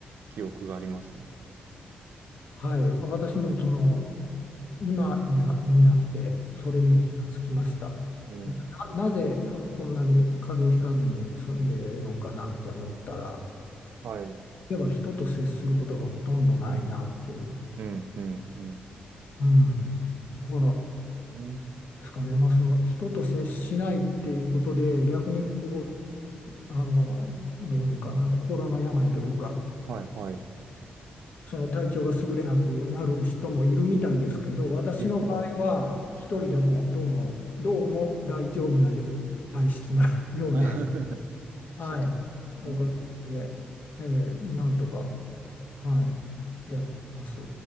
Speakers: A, on the right (about 65°); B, on the left (about 65°).
A: 記憶がありますね。
B: はい、私もその今にな、になってそれに気がつきました。
A: えうん。
B: な、なぜそんこんなに風邪をひかずに済んでいるんかなって思ったら、
A: はい。うん
B: やっぱ人と接することがほとんどないなっていう。
A: うんうん。
B: うん。だから
A: うん
B: ですかね、まあ、その人と接しないっていうことで逆にこうあのどういうのかな心の病というか
A: はいはい。
B: その体調が優れなくなる人もいるみたいですけど私の場合は一人でもどうもどうも大丈夫な
A: ええ
B: 体質なようで、
A: <laughs>
B: はい、
A: そうね
B: おかげで、
A: <laughs>
B: えーなんとか、はい、やってます。